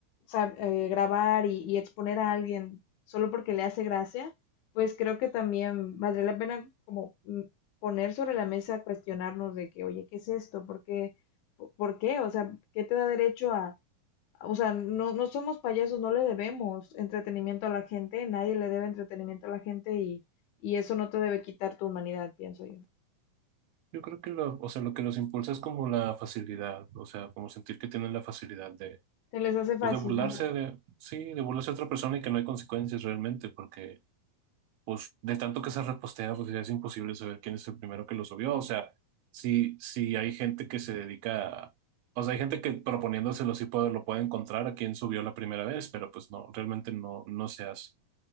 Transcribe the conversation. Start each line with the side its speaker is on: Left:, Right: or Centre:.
Left: sab- eh, grabar y, y exponer a alguien solo porque le hace gracia, pues creo que también valdría la pena como mm, poner sobre la mesa, cuestionarnos de que, oye, ¿qué es esto? ¿Por qué? ¿Por por qué? O sea, ¿qué te da derecho a o sea, no, no somos payasos, no le debemos entretenimiento a la gente, nadie le debe entretenimiento a la gente y, y eso no te debe quitar tu humanidad, pienso yo.
Right: Yo creo que lo, o sea, lo que los impulsa es como la facilidad, o sea, como sentir que tienen la facilidad de,
Left: Se les hace fácil.
Right: pues de burlarse
Left: ajá.
Right: de, sí, de burlarse de otra persona y que no hay consecuencias realmente, porque pues de tanto que se repostea, pues ya es imposible saber quién es el primero que lo subió, o sea, si, si hay gente que se dedica a, o sea, hay gente que proponiéndoselo sí puede, lo puede encontrar a quién subió la primera vez, pero pues no, realmente no, no se hace.